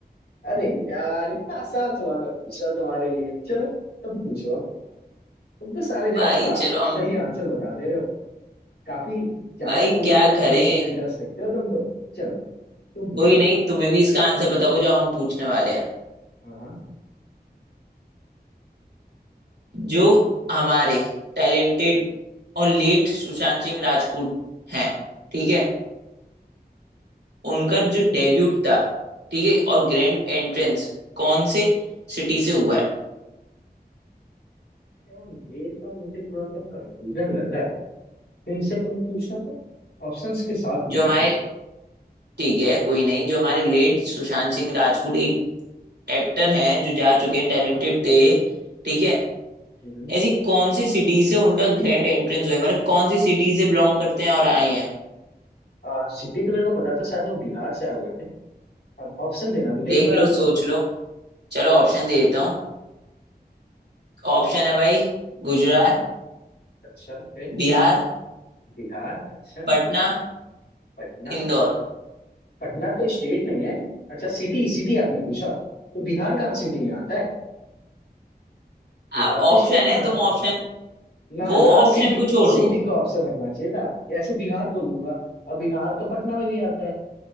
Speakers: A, on the left; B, on the right.
A: अरे यार इतना आसान सवाल मैं पूछ रहा हूं तुम्हारे लिए चलो तुम पूछो अब तुम तो सारे जवाब
B: भाई
A: का
B: चलो
A: सही
B: हम
A: आंसर बता दे रहे हो काफी ज्यादा
B: भाई
A: मूवी
B: क्या करें
A: मूवी में इंटरेस्ट रखते हो तुम तो चलो तुम पूछो
B: कोई नहीं
A: अब
B: तुम्हें भी इसका आंसर पता होगा जो हम पूछने वाले हैं
A: हाँ हाँ
B: जो हमारे टैलेंटेड और लेट सुशांत सिंह राजपूत हैं ठीक
A: हम्म,
B: है उनका जो डेब्यूट था ठीक है और ग्रैंड एंट्रेंस कौन से सिटी से हुआ है
A: यार ये तो मुझे थोड़ा सा कंफ्यूजन लग रहा है तुमसे तुम पूछना तो ऑप्शंस के साथ पूछना
B: जो हमारे
A: तुम
B: ठीक है कोई नहीं जो हमारे लेट सुशांत सिंह राजपूत एक एक्टर हैं जो जा चुके हैं टैलेंटेड
A: हाँ हाँ
B: थे ठीक है
A: हम्म
B: ऐसी कौन सी सिटी से उनका ग्रैंड एंट्रेंस हुआ है मतलब कौन सी सिटी से बिलोंग करते हैं और आए हैं
A: आ, सिटी तो मेरे को पता था शायद वो बिहार से आए हुए थे अब ऑप्शन देना मुझे
B: देख
A: एक बार
B: लो
A: आप
B: सोच लो चलो ऑप्शन दे देता हूँ ऑप्शन है भाई गुजरात
A: अच्छा फिर
B: बिहार
A: बिहार अच्छा
B: पटना
A: पटना
B: इंदौर
A: पटना तो स्टेट नहीं है अच्छा सिटी सिटी आपने पूछा तो बिहार कहाँ सिटी में आता है बिहार
B: अब
A: तो
B: ऑप्शन
A: स्टेट
B: है
A: में आता
B: तुम
A: है
B: ऑप्शन
A: ना
B: वो
A: ना
B: ऑप्शन
A: सिटी
B: को छोड़ो
A: सिटी का ऑप्शन रखना चाहिए था ऐसे बिहार बोल दूंगा अब बिहार तो पटना में भी आता है